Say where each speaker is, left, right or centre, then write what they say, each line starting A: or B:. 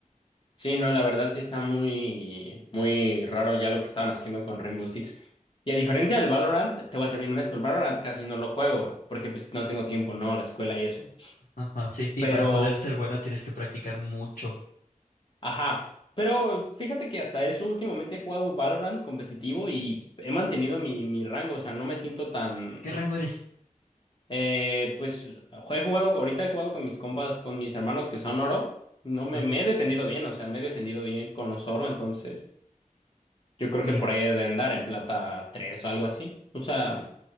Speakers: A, on the left; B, on the left.
A: Sí, no, la verdad sí está muy, muy raro ya lo que estaban haciendo con Rainbow Six. Y a diferencia del Valorant, te voy a ser bien honesto, el Valorant casi no lo juego, porque pues no tengo tiempo, ¿no? La escuela y eso.
B: Ajá, sí. Y
A: Pero,
B: para poder ser bueno tienes que practicar mucho.
A: ajá. Pero fíjate que hasta eso últimamente he jugado Valorant competitivo y he mantenido mi, mi rango, o sea, no me siento tan
B: ¿Qué rango eres?
A: Eh, pues he jugado, ahorita he jugado con mis compas, con mis hermanos que son oro. No me,
B: Ajá.
A: me he defendido bien, o sea, me he defendido bien con los oro, entonces yo creo
B: Mi.
A: que por ahí he de andar en plata 3 o algo así. O sea,